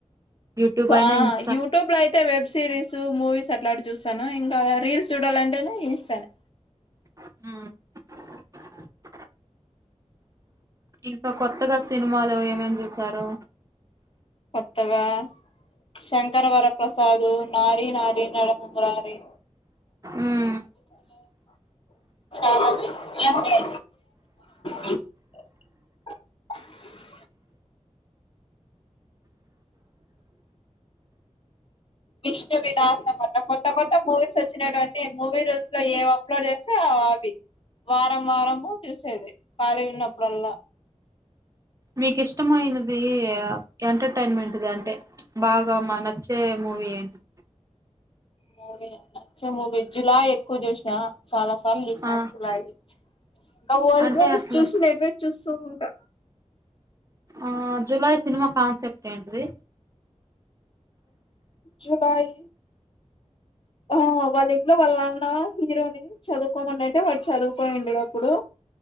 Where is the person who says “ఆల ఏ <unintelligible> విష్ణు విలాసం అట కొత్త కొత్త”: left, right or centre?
Left